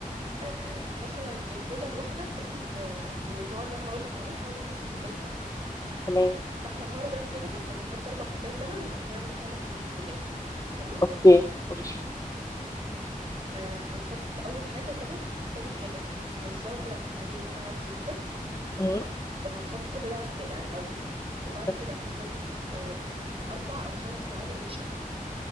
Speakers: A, on the right; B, on the left.
A: آه، مثلا البوله الواحده بتاخد آه، من النوع اللي انا هقولك عليه حوالي نص كوبايه لبن
B: تمام
A: فاحنا فرضا كده لما نحط اربع كوبايات لبن يبقى هنعمل 8 بوليه تمام
B: أوكي ماشي
A: آه هنحط اول حاجه اللبن تاني حاجه هن- هنزود عليه مكعب زبده
B: مم.
A: وهنحط كل ده على الساقع الاول وبعد
B: تمام
A: كده هنحط آه اربع او خمس معالق نشا